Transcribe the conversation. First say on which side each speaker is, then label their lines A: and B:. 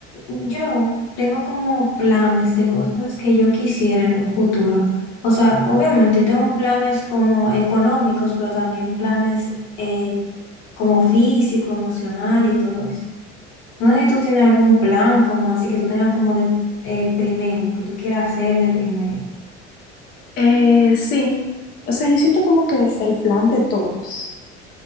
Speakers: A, on the left (about 60°); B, on the left (about 25°).
A: Yo tengo como planes de cosas que yo quisiera en un futuro. O sea, obviamente yo tengo planes como económicos, pero también planes eh, como físico, emocional y todo eso. No sé si tú tienes algún plan como así que tú tengas como de eh, primero, que tú quieras hacer de primero.
B: Eh, sí, o sea, yo siento como que el plan de todos,